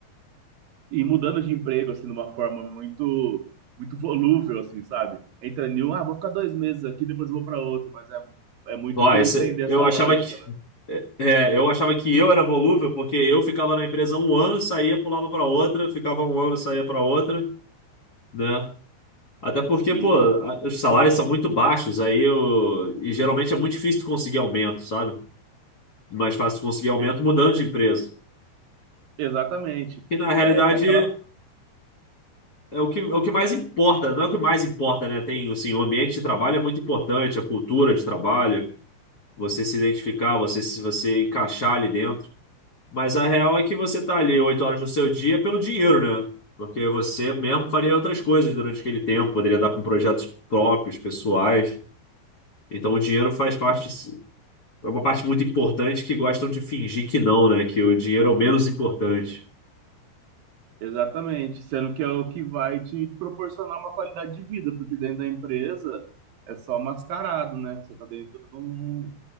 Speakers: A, on the right (about 70°); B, on the left (about 85°).
A: e mudando de emprego, assim, de uma forma muito, muito volúvel, assim, sabe? Entra em um, ah, vou ficar dois meses aqui, depois vou para outro, mas é, é muito
B: Ó,
A: por
B: esse,
A: entender essa
B: eu achava
A: lógica,
B: que
A: né?
B: é, é, eu achava que eu era volúvel porque eu ficava na empresa um ano, saía, pulava para outra, ficava um ano, saía para outra, né? Até porque,
A: Sim,
B: pô, a- os salários são muito baixos, aí eu, e geralmente é muito difícil tu conseguir aumento, sabe? Mais fácil tu conseguir aumento
A: E-
B: mudando de empresa.
A: exatamente.
B: Que na realidade
A: Aí tem aquela.
B: é o que, é o que mais importa, não é o que mais importa, né? Tem, assim, o ambiente de trabalho é muito importante, a cultura de trabalho, você se identificar, você se você encaixar ali dentro. Mas a real é que você tá ali oito horas do seu dia pelo dinheiro, né? Porque você mesmo faria outras coisas durante aquele tempo, poderia dar com projetos próprios, pessoais. Então o dinheiro faz parte, é uma parte muito importante que gostam de fingir que não, né? Que o dinheiro é o menos importante.
A: Exatamente, sendo que é o que vai te proporcionar uma qualidade de vida, porque dentro da empresa é só mascarado, né? Você está dentro de, um,